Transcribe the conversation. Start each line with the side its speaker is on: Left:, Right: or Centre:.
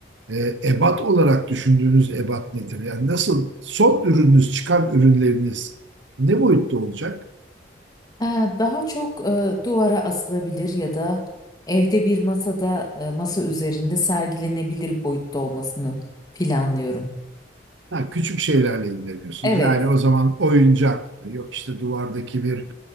Right: e, ebat olarak düşündüğünüz ebat nedir? Yani nasıl son ürününüz, çıkan ürünleriniz ne boyutta olacak?
Left: Ha, Daha çok e, duvara asılabilir ya da evde bir masada e, masa üzerinde sergilenebilir boyutta olmasını planlıyorum.
Right: Ha, küçük şeylerle ilgileniyorsunuz.
Left: Evet.
Right: Yani o zaman oyuncak Yok işte duvardaki bir